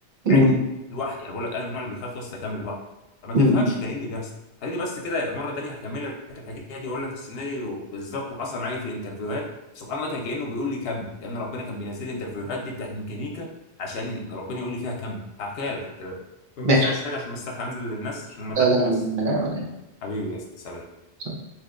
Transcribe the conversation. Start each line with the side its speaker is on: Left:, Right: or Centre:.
Right: م-
Left: مع اني لوحدي انا بقول لك انا من النوع اللي بيخاف اصلا اكمل لوحدي فما
Right: م-
Left: تفهمش
Right: م.
Left: كان ايه اللي بيحصل خليني بس كده مره تانية هكمل لك الحكايه دي واقول لك السيناريو بالظبط وحصل معايا في الانترفيوهات سبحان الله كان كانه بيقول لي كمل كان ربنا كان بينزل لي الانترفيوهات دي بتاعت ميكانيكا عشان ربنا يقول لي فيها كمل هحكيها لك هحكيها لك المهم
Right: ماشي
Left: بس عايز حاجه عشان بس الحق انزل للناس عشان هم تحت
Right: لا لا
Left: بس
Right: لا لا
Left: حبيبي يا أستاذ، سلام
Right: لا.